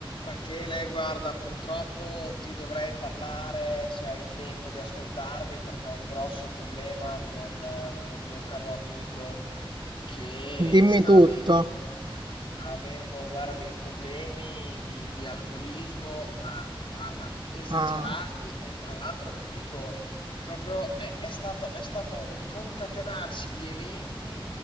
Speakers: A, on the left; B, on the right.
A: Rachele, guarda, purtroppo ti dovrei parlare se hai tempo di ascoltarmi perché ho un grosso problema con, eh, con un mio caro amico che
B: Dimmi
A: sta
B: tutto.
A: avendo Sta avendo, guarda, dei problemi di, di alcolismo, ma guarda, esagerati
B: Ah,
A: e tra l'altro ti dico, proprio è, è stato, è stato un concatenarsi di eventi